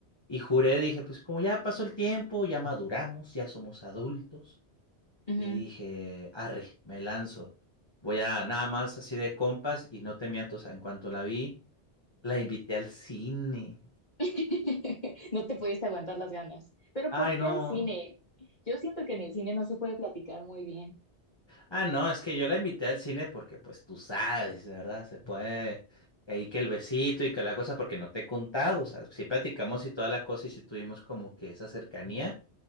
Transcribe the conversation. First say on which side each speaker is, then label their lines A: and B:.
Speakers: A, on the left; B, on the left.
A: Y juré, dije, pues como ya pasó el tiempo, ya maduramos, ya somos adultos,
B: Ujú.
A: Y dije, arre, me lanzo. Voy a nada más así de compas y no te miento, o sea, en cuanto la vi, la invité al cine.
B: <laughs> No te pudiste aguantar las ganas. ¿Pero
A: Ay,
B: por qué
A: no.
B: al cine? Yo siento que en el cine no se puede platicar muy bien.
A: Ah, no, es que yo la invité al cine porque pues tú sabes, ¿verdad? Se puede ahí que el besito y que la cosa porque no te he contado, o sea, sí platicamos y toda la cosa y sí tuvimos como que esa cercanía.